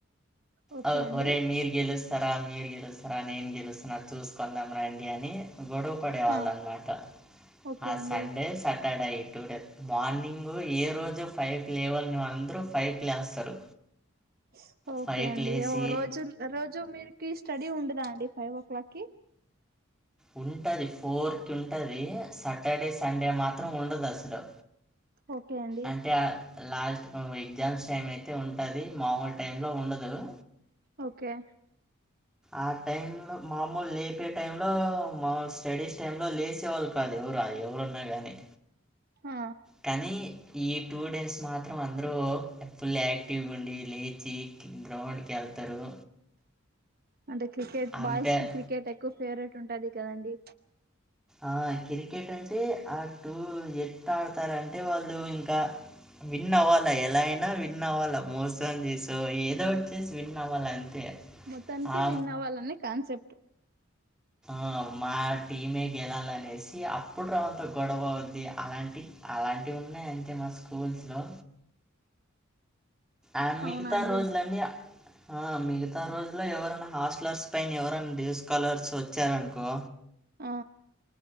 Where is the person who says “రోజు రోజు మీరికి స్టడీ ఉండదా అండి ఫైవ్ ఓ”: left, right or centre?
Right